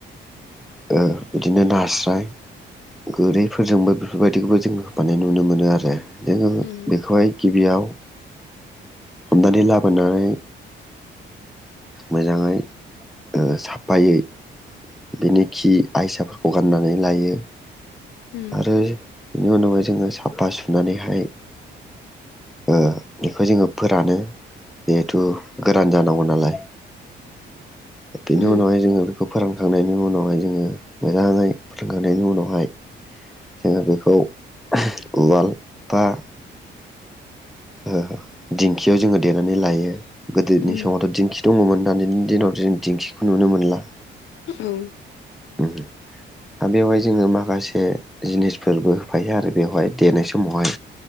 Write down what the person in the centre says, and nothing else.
ओ बिदिनो नास्राय गोरैफोरजोंबो बेफोरबायदिखौबो जों होबानाय नुनो मोनो आरो जोङो
बेखौहाय गिबियाव हमनानै लाबोनानै मोजाङै ओ साफायै बेनि खि आयसाफोरखौ गाननानै लायो
आरो बेनि उनावहाय जोङो साफा सुनानैहाय ओ बेखौ जोङो फोरानो जिहेथु गोरान जानांगौ नालाय बेनि
उनावहाय जोङो बेखौ फोरोंखांनायनि उनावहाय जोङो मोजाङै फोरोंखांनायनि उनावहाय जोङो बेखौ उवाल बा ओ दिंखियाव जोङो देनानै लायो गोदोनि
समावथ'
दिंखि दङमोन दानिनि दिनाव जों दिंखिखौ नुनो मोनला
<unintelligible> आमिवाय जोङो माखासे जिनिसफोरबो होफायो आरो बेवहाय देनाय समावहाय